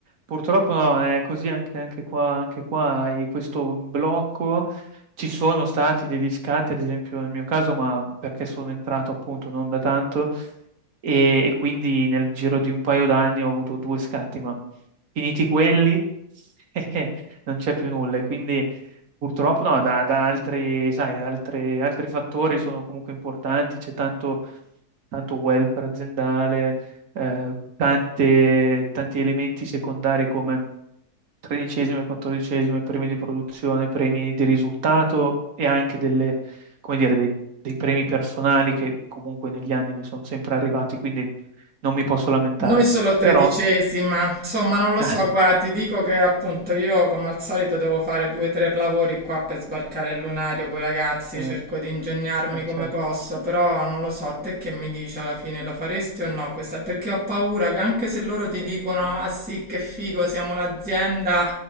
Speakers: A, on the right; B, in the centre.
A: purtroppo no, è così anche, anche qua, anche qua hai questo blocco. Ci sono stati degli scatti, ad esempio nel mio caso, ma perché sono entrato appunto non da tanto e, e quindi nel giro di un paio d'anni ho avuto due scatti, ma finiti quelli <laughs> non c'è più nulla. E quindi purtroppo no, da, da altri, sai, da altre- altri fattori sono comunque importanti, c'è tanto tanto welfare aziendale, eh, tante- tanti elementi secondari come tredicesime, quattordicesime, premi di produzione, premi di risultato e anche delle, come dire, dei, dei premi personali che comunque negli anni mi sono sempre arrivati, quindi non mi posso lamentare.
B: Noi solo tredicesima,
A: Però,
B: insomma, non lo so.
A: <laughs>
B: Guarda, ti dico che appunto io, come al solito, devo fare due o tre lavori qua per sbarcare il lunario con i ragazzi.
A: eh,
B: Cerco di ingegnarmi
A: eh,
B: come
A: certo.
B: posso, però non lo so. Te che mi dici alla fine, lo faresti o no? Questa... Perché ho paura che anche se loro ti dicono,
A: Mm.
B: ah sì, che figo, siamo l'azienda.